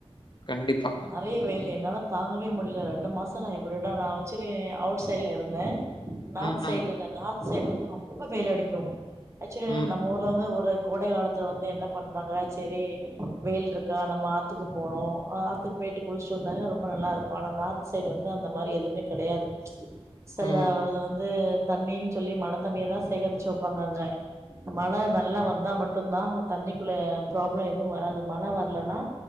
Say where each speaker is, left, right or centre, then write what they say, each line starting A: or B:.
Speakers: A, on the left; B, on the right.
A: கண்டிப்பா
B: நெறைய வெயிலு என்னால தாங்கவே முடியல ரெண்டு மாசம் நான் எப்டிடா நா வச்சு ஆக்சுவலி அவுட் சைட்ல இருந்தே நார்த்
A: ம்
B: சைடு
A: ம்
B: இருந்த நார்த் சைடு வந்து ரொம்ப வெயில் அடிக்கு ஆக்சுவலி
A: ம்
B: நம்ம ஊர்ல வந்து கோடை காலத்துல வந்து என்ன பண்றாங்க சேரி வெயில் இருக்கா நம்ம ஆத்துக்கு போனோ ஆத்துக்கு போயிட்டு குளிச்சிட்டு வந்தாலே ரொம்ப நல்லாருக்கு ஆனாநார்த் சைடு வந்து அந்த மாரி எதுமே கெடையாது செல
A: ம்
B: வந்து தண்ணின்னு சொல்லி மழை தண்ணியதா சேகரிச்சு வைப்பாங்க அங்க மழ நல்லா வந்தா மட்டும்தா அங்க தண்ணிக்குள்ள ப்ராப்ளம் எதுவு வராது மழ வரலன்னா